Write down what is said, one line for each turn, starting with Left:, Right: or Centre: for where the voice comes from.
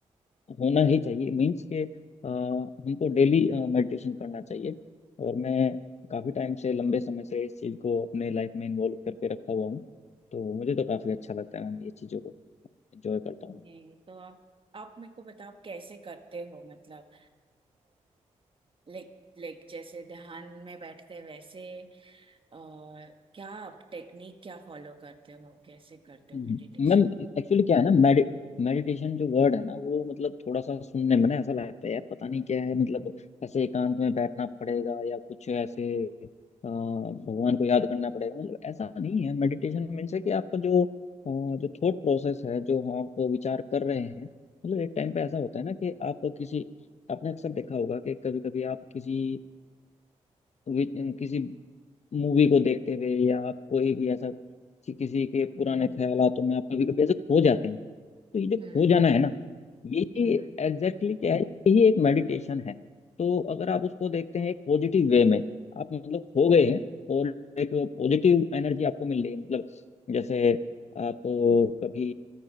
Left: होना ही चाहिए मीन्स के अ, हमको डेली मेडिटेशन करना चाहिए और मैं काफ़ी टाइम से लंबे समय से इस चीज़ को अपने लाइफ में इन्वॉल्व करके रखा हुआ हूँ तो मुझे तो काफ़ी अच्छा लगता है मैं ये चीज़ों को एंजॉय करता हूँ
Right: ये तो आप आप मेरे को बताओ आप कैसे करते हो मतलब लाइक लाइक जैसे ध्यान में बैठते हैं, वैसे अ, क्या आप टेक्निक क्या फॉलो करते हो कैसे करते हो
Left: हम्म।
Right: मेडिटेशन
Left: मैम एक्चुअली क्या है ना मेडि मेडिटेशन जो वर्ड है ना वो मतलब थोड़ा सा सुनने में ना ऐसा लगता है यार पता नहीं क्या है मतलब ऐसे एकांत में बैठना पड़ेगा या कुछ ऐसे अ, भगवान को याद करना पड़ेगा मतलब ऐसा नहीं है मेडिटेशन मीन्स है कि आपका जो अ, जो थॉट प्रोसेस है जो आप विचार कर रहे हैं मतलब एक टाइम पे ऐसा होता है ना कि आप किसी आपने अक्सर देखा होगा कि कभी कभी आप किसी वि- किसी मूवी को देखते हुए या आप कोई भी ऐसा कि- किसी के
Right: हम्म
Left: पुराने ख्यालों में आप कभी कभी ऐसे खो जाते हैं तो ये जो
Right: हम्म
Left: खो जाना है ना यही
Right: हम्म
Left: एग्जैक्टली exactly क्या है यही एक मेडिटेशन है तो अगर आप उसको देखते हैं एक पॉजिटिव वे में आप मतलब खो गए हैं और एक पॉजिटिव एनर्जी आपको मिल रही है मतलब जैसे आप
Right: हम्म
Left: कभी